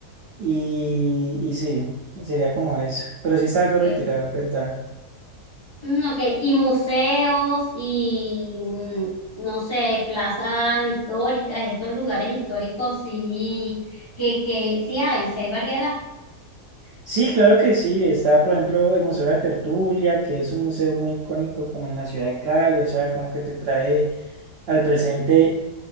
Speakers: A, on the right; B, on the left.
A: y, y sí, sería como eso, pero sí está
B: Ok.
A: algo retirado, es ¿verdad?
B: Mm, ok, y museos y, mm, no sé, plazas históricas, estos lugares históricos, sí, que, que sí hay, sí hay variedad.
A: Sí, claro que sí, está por ejemplo el Museo de la Tertulia, que es un museo muy icónico como en la ciudad de Cali, o sea, como que te trae al presente